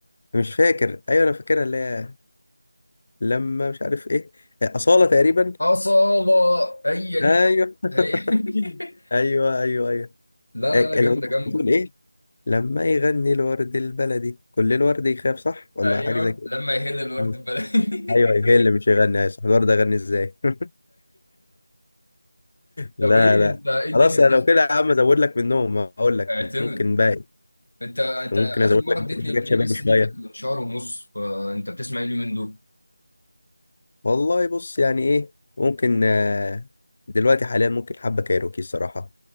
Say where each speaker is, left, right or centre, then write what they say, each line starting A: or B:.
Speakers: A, on the left; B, on the left.
A: مش فاكر ايوه انا فاكرها اللي هي لما مش عارف ايه آه، اصاله تقريبا
B: اصاله هي دي
A: ايوه <laughs>
B: هي <laughs>
A: ايوه ايوه ايوه
B: لا لا
A: أي- الأغنية
B: لا جامده جامده
A: كانت بتقول ايه لما يغني الورد البلدي كل الورد يخاف صح ولا
B: ايوه
A: حاجه زي كده
B: لما يهل الورد
A: ايوه
B: البلدي
A: أيوة،
B: <laughs>
A: هي اللي مش يغني ايوه صح الورد اغني ازاي <laughs> لا
B: طب ايه
A: لا
B: انت ايه الدنيا
A: خلاص
B: بتسمع
A: انا لو كده يا عم ازود لك منهم اقول لك
B: اعتمد
A: ممكن باقي
B: انت انت
A: ممكن
B: اخر
A: ازود
B: مره
A: لك
B: اديتني
A: برضه حاجات
B: البلاي
A: شبابي
B: ليست
A: شويه
B: دي كانت من شهر ونص فانت بتسمع ايه اليومين دول؟
A: والله بص يعني ايه ممكن آه، دلوقتي حاليا ممكن حبه كايروكي الصراحه